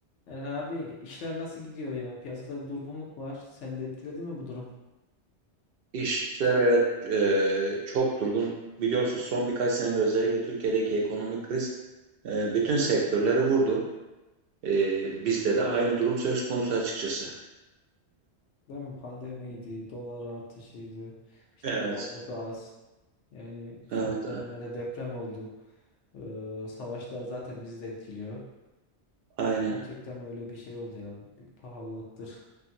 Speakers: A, on the left; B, on the right.
A: Erhan abi işler nasıl gidiyor ya? Piyasada bir durgunluk var. Seni de etkiledi mi bu durum?
B: İşler evet e, çok durgun. Biliyorsunuz son birkaç senedir özellikle Türkiye'deki ekonomik kriz e, bütün sektörleri vurdu. E, bizde de aynı durum söz konusu açıkçası.
A: Değil mi? Pandemiydi, dolar artışıydı, işte
B: Evet,
A: yağmur da az. Yani
B: evet,
A: son dönemlerde
B: a-
A: deprem oldu. Ee, savaşlar zaten bizi de etkiliyor.
B: aynen.
A: Gerçekten böyle bir şey oldu ya. Bir pahalılıktır,